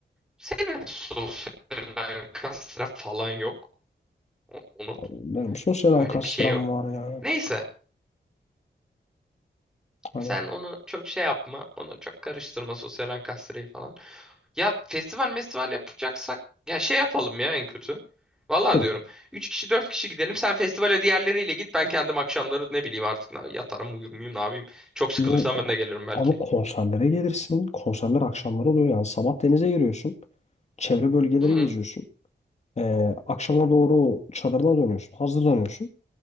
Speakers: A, in the centre; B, on the left.
A: senin sosyal kastra falan yok. O- Unut.
B: Benim sosyal ankastram
A: Öyle bir şey yok.
B: var ya.
A: Neyse
B: Hani
A: sen onu çok şey yapma. Onu çok karıştırma sosyal kastrayı falan. Ya festival festival yapacaksak ya şey yapalım ya en kötü. Vallahi
B: yok,
A: diyorum. 3 kişi 4 kişi gidelim. Sen festivale diğerleriyle git. Ben kendim akşamları ne bileyim artık ne- yatarım uyur muyum ne yapayım. Çok sıkılırsam
B: yok.
A: ben de gelirim belki.
B: Abi konserlere gelirsin. Konserler akşamları oluyor yani. Sabah denize giriyorsun. Çevre bölgeleri
A: Hı
B: geziyorsun. Ee, akşama doğru çadırına dönüyorsun, hazırlanıyorsun.